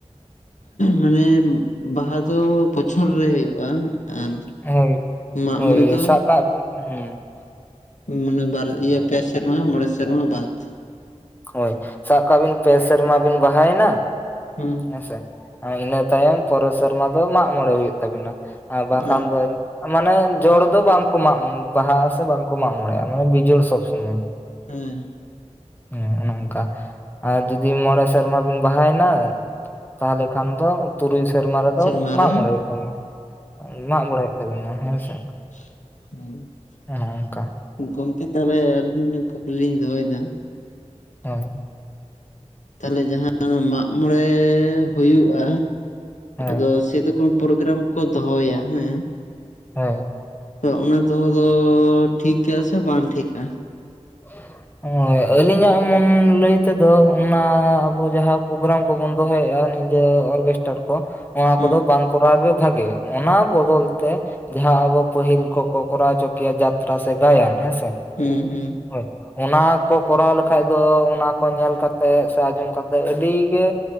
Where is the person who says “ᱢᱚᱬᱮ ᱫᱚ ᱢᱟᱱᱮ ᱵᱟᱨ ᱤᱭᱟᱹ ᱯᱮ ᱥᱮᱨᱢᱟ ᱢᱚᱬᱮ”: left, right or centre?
Left